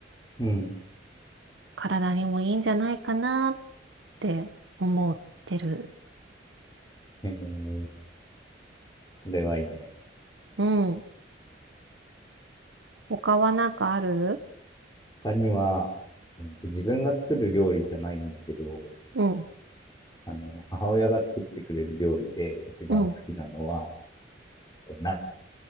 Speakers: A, on the left (about 20°); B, on the right (about 80°).
A: うん。
B: 体にもいいんじゃないかなって思ってる。
A: えー、それはいいね。
B: うん。他はなんかある
A: 他には、えーと、自分が作る料理じゃないんだけど、
B: うん、
A: あの、母親が作ってくれる料理で一番好きなのは、
B: うん、
A: と、な、